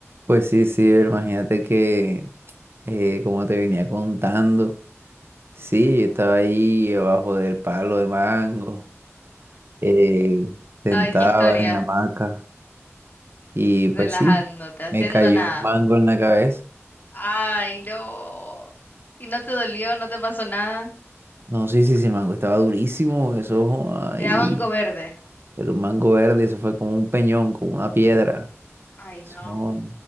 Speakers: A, on the right; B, on the left.
A: Pues sí, sí, pero imagínate que, eh, como te venía contando, sí, yo estaba ahí abajo del palo de mango, eh, sentado
B: Ay, qué historia.
A: en la hamaca, y
B: Relajándote,
A: pues sí,
B: haciendo
A: me cayó
B: nada.
A: un mango en la cabeza.
B: Ay, no. ¿Y no te dolió? ¿No te pasó nada?
A: No, sí, sí, sí, el mango estaba durísimo, eso ahí,
B: Era mango verde.
A: pero un mango verde, eso fue como un peñón, como una piedra.
B: Ay, no.
A: Eso